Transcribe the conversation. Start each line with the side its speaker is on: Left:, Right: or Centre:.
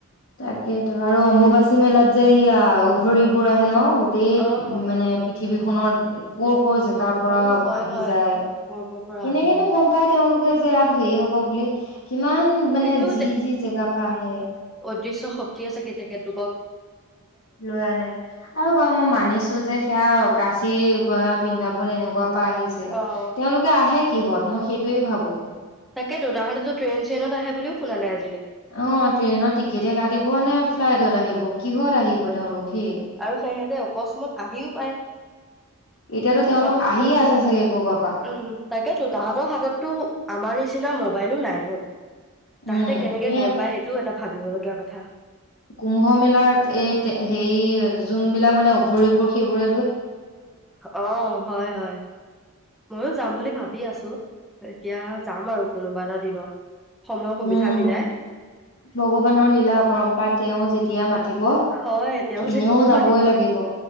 Left: তাকেইেতো আৰু অম্বুবাচী মেলাত যে ইয়া ঘৰিবোৰ আহে ন' গোটেই উম,
Centre: অহ
Left: মানে পৃথিৱী নৰ কৰ কৰ জে কাৰ পৰা
Centre: অহ হয়
Left: আহি
Centre: হয়
Left: যায়
Centre: কৰ কৰ পৰা
Left: কেনেকেনো
Centre: আহে
Left: গম পাই তেওঁলোকে যে ইয়াত হেৰি হ'ব বুলি কিমান মানে
Centre: সেইটো
Left: যি যি জেগা পৰা আহে।
Centre: দৃশ্য শক্তি আছে কেতিয়া সেতুকক
Left: লৈ আনে আৰু বাৰ মই মানিছো যে সেয়া কাচি গয়া, বৃন্দাবন এনেকুৱা আহিছে
Centre: অহ
Left: তেওঁলোকে আহে কি কিহত মই সেইটোৱে ভাবোঁ।
Centre: তাকেতো তাহাঁতেতো ট্ৰেইন, চেইনত আহে বুলিও শুনা নাই আজ
Left: অ', ট্ৰেইনৰ টিকেটে কাটিব নে ফ্লাইটত আহিব কিহত আহিব? তেওঁলোক সেই
Centre: আৰু সিহেঁতে অকস্মত আহিও পায়।
Left: এতিয়াতো তেওঁলোক
Centre: তাহঁতৰ
Left: আহিয়ে
Centre: হাততো
Left: আছে চাগে কৰবাৰ পৰা
Centre: উম, তাকেতো তাহাঁতৰ হাততো আমাৰ নিচিনা ম মবাইলো নাই ন?
Left: উম,
Centre: তাহাঁতে কেনেকে
Left: এ
Centre: গম পাই সেইটোও এটা ভাবিবলগীয়া কথা
Left: কুম্ভ মেলাৰ এ তে হেয়ি যোনবিলাক মানে অঘৰিবোৰ সেইবোৰে
Centre: অ', হয়, হয় ময়ো যাম বুলি ভাবি আছো এতিয়া যাম আৰু কোনোবা এটা দিনত। সময় সুবিধা
Left: উম,
Centre: মিলাই
Left: ভগৱানৰ লীলা পৰম্পৰা তেওঁ যেতিয়া মাতিব
Centre: হয় তেওঁ
Left: এনেও
Centre: যেতিয়া
Left: যাবই
Centre: মাতিব
Left: লাগিব।